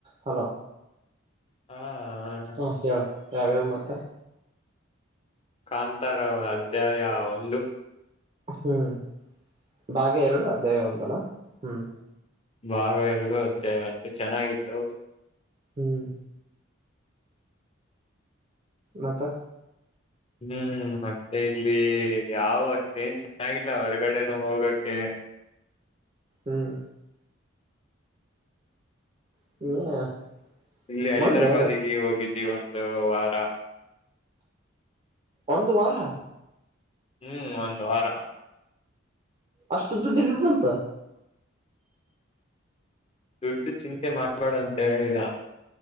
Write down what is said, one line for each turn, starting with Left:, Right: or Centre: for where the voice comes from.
Right: Hello
Left: ಹಾ
Right: ಹ ಹೇಳು ಯಾವ್ಯಾವ ಮತ್ತ
Left: ಕಾಂತಾರ ಅಧ್ಯಾಯ ಒಂದು
Right: ಹ್ಮ್ ಭಾಗ ಎರಡು ಅಧ್ಯಾಯವಂತಲ್ಲ ಹ್ಮ್
Left: ಭಾಗ ಎರಡು ಅತ್ತೆ ಒಂದೆ ಚೆನ್ನಾಗಿತ್ತು
Right: ಹ್ಮ್ ಮತ
Left: ಹ್ಮ್ ಮತ್ತೆ ಇಲ್ಲಿ ಯಾವ ಅಷ್ಟೇನ್ ಚೆನ್ನಾಗಿಲ್ಲ ಹೊರಗಡೆನು ಹೋಗಕ್ಕೆ
Right: ಹ್ಮ್ <unintelligible>
Left: ಇಲ್ಲಿ ಹೈದರಾಬಾದ್ಗೆ
Right: ಮೊನ್ನೆ
Left: ಹೋಗಿದ್ದಿ ಒಂದು ವಾರ
Right: ಒಂದು ವಾರ
Left: ಹ್ಮ್ ಒಂದು ವಾರ
Right: ಅಷ್ಟು ದುಡ್ಡು ಇಲ್ಲಿದ ಬಂತು
Left: ದುಡ್ಡು ಚಿಂತೆ ಮಾಡ್ಬೇಡ ಅಂತ ಹೇಳಿದ